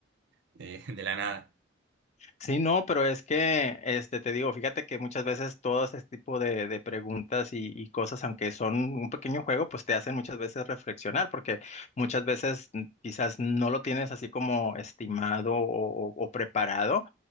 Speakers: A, on the right; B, on the left.
A: de, de la nada.
B: Sí, no, pero es que, este, te digo, fíjate que muchas veces todo ese tipo de, de preguntas y, y cosas, aunque son un pequeño juego, pues te hacen muchas veces reflexionar, porque muchas veces mm, quizás no lo tienes así como estimado o, o- o preparado,